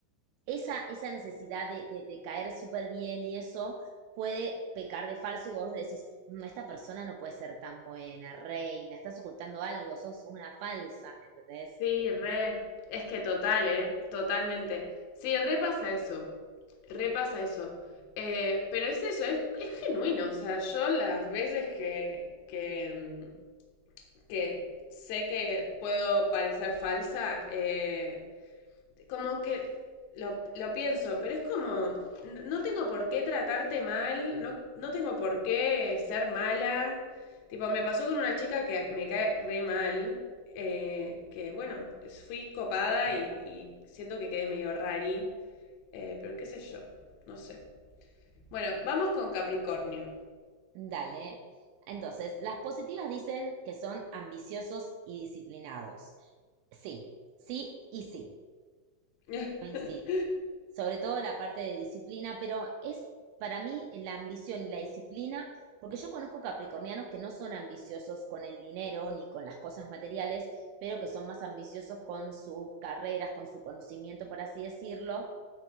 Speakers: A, on the right (about 80°); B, on the left (about 70°).
A: esa, esa necesidad de, de- de caer súper bien y eso puede pecar de falso y vos decís, "Mm, esta persona no puede ser tan buena, reina, estás ocultando algo, sos una falsa, ¿entendés?
B: Sí, re. Es que total, ¿eh? Totalmente. Sí, repasa eso. Repasa eso. Eh, pero es eso, es, es genuino. O sea, yo las veces que, que, mm, que sé que puedo parecer falsa, eh, como que lo, lo pienso, pero es como, no tengo por qué tratarte mal, no, no tengo por qué ser mala. Tipo, me pasó con una chica que me cae re mal, eh, que bueno, fui copada y, y siento que quedé medio rari, eh, pero qué sé yo, no sé. Bueno, vamos con Capricornio.
A: Dale. Entonces, las positivas dicen que son ambiciosos y disciplinados. Sí, sí y sí,
B: <laughs>
A: coincido. sobre todo la parte de disciplina, pero es para mí la ambición y la disciplina, porque yo conozco capricornianos que no son ambiciosos con el dinero ni con las cosas materiales, pero que son más ambiciosos con sus carreras, con su conocimiento, por así decirlo.